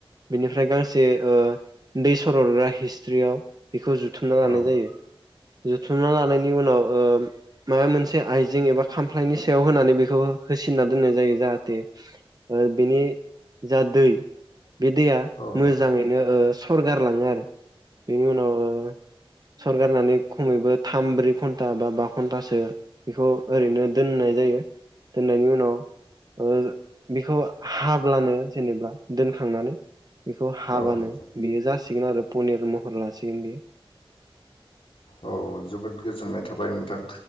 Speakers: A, on the right; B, on the left.
A: बेनिफ्राय गांसै ओ दै सररग्रा हिस्रियाव बेखौ जुथुमना लानाय
B: औ
A: जायो। जुथुमना लानायनि उनाव ओ माबा मोनसे आइजें एबा खामफ्लायनि सायाव होनानै बेखौ होसिनना दोननाय जायो जाहाथे ओ बेनि जा दै बे दैया
B: औ
A: मोजाङैनो
B: नोंथां
A: ओ सरगारलाङो आरो बेनि उनाव ओ सरगारनानै खमैबो थाम ब्रै घन्टा बा बा घन्टासो बेखौ ओरैनो दोननाय जायो दोननायनि उनाव ओ बेखौ हाब्लानो जेनेबा दोनखांनानै बेखौ हाबानो
B: औ नोंथां
A: बेयो जासिगोन आरो पनिर महर लासिगोन बे
B: औ जोबोद गोजोननाय थाबाय नोंथां